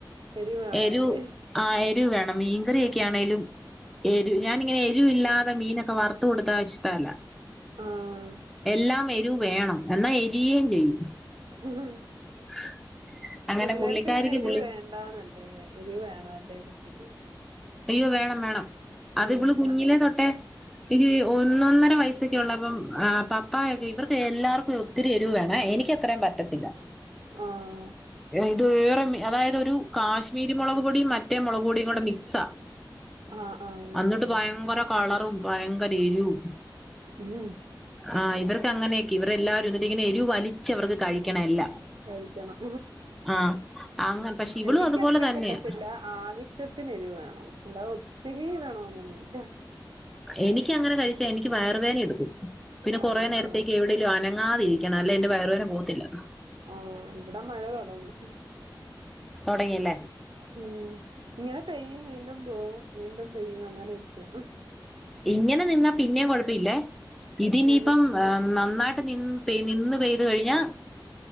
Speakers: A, on the right (about 85°); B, in the centre.
A: എരിവ് വേണം
B: എരു
A: അല്ലേ
B: ആ എരുവ് വേണം മീൻകറിയൊക്കെ ആണെലും എരു ഞാനിങ്ങനെ എരുവ് ഇല്ലാതെ മീനൊക്കെ വർത്ത കൊടുത്ത ഇഷ്ട്ടല്ല
A: ആഹ്
B: എല്ലാം എരു വേണം എന്നാൽ എ തിരിരും ചെയ്യും.
A: മ്മ്
B: <inaudible>
A: പിള്ളേർക്ക്
B: പുള്ളിക്കാരിക്ക്
A: അങ്ങനെ എരിവ്
B: പുള്ളി
A: വേണ്ടന്നല്ലേ എരിവ് വേണോല്ലേ കുട്ടിക്ക്.
B: അയ്യോ വേണം വേണം അത്
A: ഉം
B: ഇവാള് കുഞ്ഞിലെ തൊട്ടേ ഈ ഒന്നൊന്നര വയസ്സൊക്കെ ഉള്ള അപ്പം പപ്പായൊക്കെ ഇവർക്ക് എല്ലാർക്കും ഇത്തിരി എരുവ് വേണം എനിക്ക് അത്രേം പറ്റത്തില്ല.
A: ആഹ്
B: ഇത് വേറെ മീ അതായത് ഒരു കാശ്മീരി മുളക് പൊടിയും മറ്റേ മുളക് പൊടിയും കൂടെ മിക്സാ
A: ആഹ് ആഹ് അങ്ങനെ
B: എന്നട്ട്
A: വെക്കും
B: ഭയങ്കര കളറും ഭയങ്കര എരിവും.
A: ഉം
B: ആഹ് ഇവർക്ക് അങ്ങനെയൊക്കെ ഇവർ എല്ലാവാരും എന്നിട്ട് ഇങ്ങനെ എരുവ് വലിച്ച് അവർക്ക് കഴിക്കണം എല്ലാം.
A: കഴിക്കണം
B: ആ അങ്ങനെ പക്ഷെ ഇവളും
A: എനിക്കി
B: അതുപോലെ
A: എത്രയും
B: തന്നെയാ
A: പറ്റത്തില്ല. ആവശ്യത്തിന് എരുവ് വേണം എലണ്ട് ഒത്തിരി വേണെന്നൊന്നുല്ല.
B: എനിക്കി അങ്ങനെ കഴിച്ചാ എനിക്ക് വയർ വേദ ഇടുക്കും. പിന്നെ
A: ആണോ
B: കുറെ നേരത്തേക്ക്
A: ആ
B: എവിടെങ്കിലും അനങ്ങാതിരിക്കണം അല്ലെ എന്റെ വയർവേദന പോകത്തില്ല
A: ആഹ് ഇവിടെ മഴ തോടങ്ങി.
B: തുടങ്ങിയല്ലേ
A: മ്മ് ഇങ്ങനെ പെയ്യും വീണ്ടും പോവും. വീണ്ടും പെയ്യും അങ്ങനെയൊക്കെയ
B: ഇങ്ങനെ നിന്നാ പിന്നെമ് കുഴപ്പില്ലേ ഇതിനിയിപ്പം
A: അതെ അതെ
B: നന്നായിട്ട് നിന്ന് നിന്ന് പെയ്ത് കഴിഞ്ഞാ